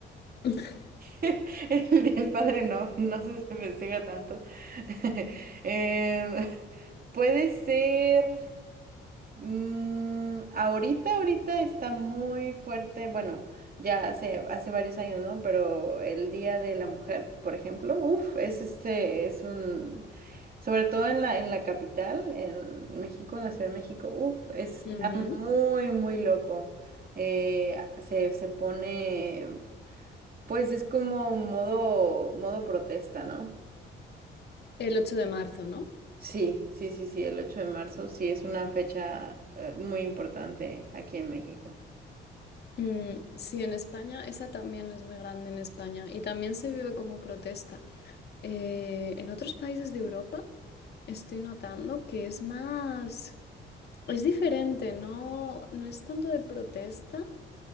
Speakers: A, on the left; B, on the right.
A: <laughs>
B: <laughs> El Día del Padre no, no se festeja tanto. <laughs> Em, puede ser. mm, ahorita, ahorita está muy fuerte. Bueno, ya hace, hace varios años, ¿no? Pero el Día de la Mujer, por ejemplo, uff, es este, es un. Sobre todo en la, en la capital, en México, en la Ciudad de México, uff, está
A: Ujú.
B: muy, muy loco. Eh, se, se pone. Pues es como modo, modo protesta, ¿no?
A: El ocho de marzo, ¿no?
B: Sí, sí, sí, sí, el 8 de marzo sí es una fecha eh, muy importante aquí en México.
A: Mm, sí, en España, esa también es muy grande en España y también se vive como protesta. Eh, en otros países de Europa estoy notando que es más, es diferente, no, no es tanto de protesta,